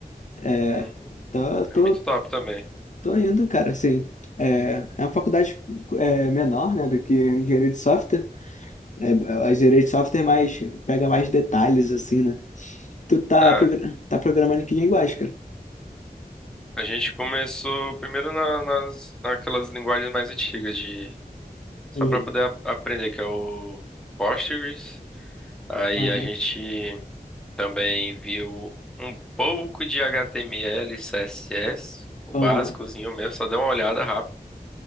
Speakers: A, on the left; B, in the centre.
A: É,
B: Hum,
A: tô,
B: é muito
A: tô,
B: top também.
A: tô indo, cara, assim. É, é uma faculdade é, menor, né, do que engenharia de software. É, a engenharia de software é mais, pega mais detalhes, assim, né? Tu tá,
B: É,
A: progra- tá programando em que linguagem, cara?
B: a gente começou primeiro na- nas, naquelas linguagens mais antigas de Só
A: Uhum.
B: para poder a- aprender, que é o o Postgres. Aí
A: Aham.
B: a gente também viu um pouco de HTML, CSS, o
A: Aham.
B: básicozinho mesmo, só deu uma olhada rápida.